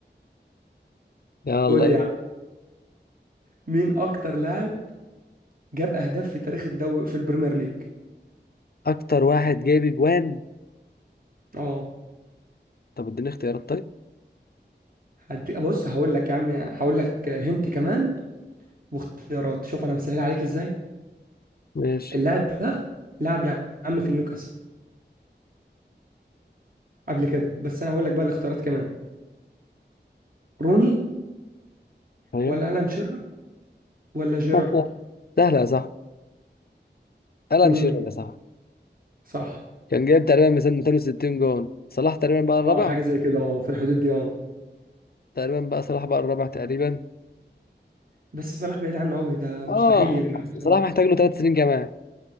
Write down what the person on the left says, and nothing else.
يلا
انت
اكتر واحد جايب اجوان
طب اديني اختيارات طيب
ماشي
ايوه
<laughs> سهلة يا صاحبي ألان
شيرر يا صاحبي
كان جايب تقريبا مثلا 260 جون صلاح تقريبا بقى الرابع
تقريبا بقى صلاح بقى الرابع تقريبا
اه
صلاح محتاج له ثلاث سنين كمان